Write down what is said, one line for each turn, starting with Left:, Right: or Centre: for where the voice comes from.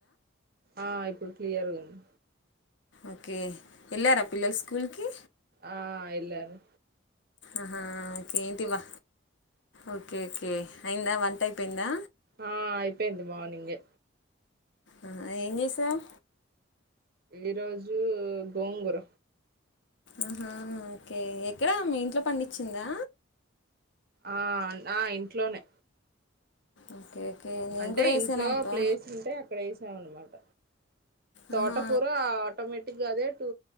Right: ఆ ఇప్పుడు క్లియర్గా ఉంది
Left: ఓకే ఎళ్ళారా పిల్లలు స్కూలుకి
Right: ఆ ఎల్లారు
Left: ఆహా ఏంటి వ ఓకే కే అయిందా వంట అయిపోయిందా
Right: ఆ అయిపోయింది మార్నింగె
Left: ఆ ఏం చేసావ్
Right: ఈరోజు గోంగూర
Left: ఆహ ఓకే ఎక్కడ మీ ఇంట్లో పండించిందా
Right: ఆ ఆ ఇంట్లోనే
Left: ఓకే ఓకే నేను
Right: అంటే
Left: కూడా వేసాను
Right: ఇంట్లో
Left: అబ్బా
Right: ప్లేస్ ఉంటే అక్కడ వేసాం అన్నమాట తోటకూర
Left: ఆహా
Right: ఆటోమేటిక్ గా అదే టూ